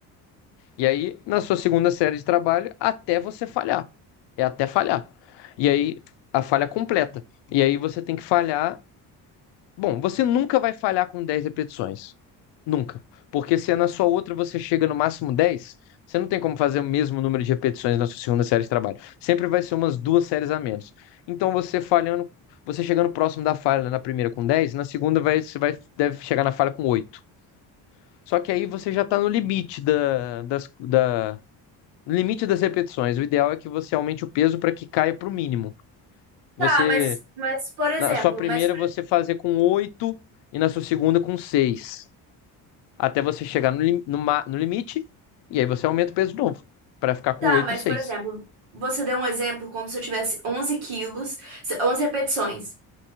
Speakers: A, on the left (about 70°); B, on the right (about 80°).
A: E aí na sua segunda série de trabalho, até você falhar. É até falhar. E aí a falha completa. E aí você tem que falhar Bom, você nunca vai falhar com 10 repetições. Nunca. Porque se é na sua outra você chega no máximo dez você não tem como fazer o mesmo número de repetições na sua segunda série de trabalho. Sempre vai ser umas duas séries a menos. Então você falhando, você chegando próximo da falha na primeira com dez na segunda vai, você vai, deve chegar na falha com oito Só que aí você já está no limite da, das, da, no limite das repetições. O ideal é que você aumente o peso para que caia para o mínimo. Você
B: Tá, mas, mas por exemplo,
A: na sua primeira
B: mas,
A: você fazer com oito e na sua segunda com seis. Até você chegar no, lim- no, ma- no limite e aí você aumenta o peso de novo para ficar com
B: tá,
A: oito
B: mas
A: e seis.
B: por exemplo, você deu um exemplo como se eu tivesse 11 quilos, se- 11 repetições